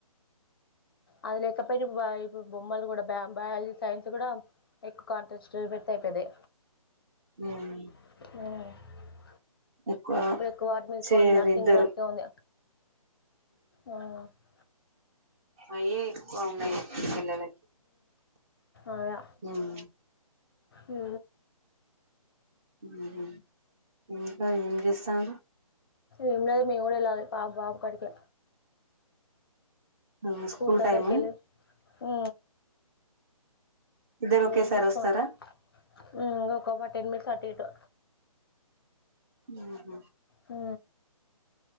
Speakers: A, on the left; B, on the right.
A: అదిలేక పెరిపాయల్ బొమ్మలు కూడా బ బయాలజీ సైన్స్ కూడా ఎక్కువ కాంటెస్ట్ పెడితే అయిపోయిద్ది.
B: ఉమ్
A: ఆ
B: ఎక్కువ
A: బ్రేక్ వార్డు మీకుంది
B: చేయరు
A: నర్సింగ్
B: ఇద్దరు
A: వార్డ్ ఉంది. ఆ అ
B: అయే ఎక్కువున్నయ్ పిల్లలకి
A: అగా
B: ఉమ్.
A: ఉ
B: ఉహు ఇంకా ఏం చేస్తాన్రు
A: ఏంలేదు మీ వోడు ఇలాది పాప బాబు కాడికే
B: ఉమ్,
A: స్కూల్ దగ్గరకేలే
B: టైము
A: ఉ
B: ఇద్దరు
A: వేరే
B: ఒకేసారి
A: తీసుకొని
B: వస్తారా
A: వస్తా ఒక టెన్ మినిట్స్ అటు ఇటు
B: ఉహు
A: హు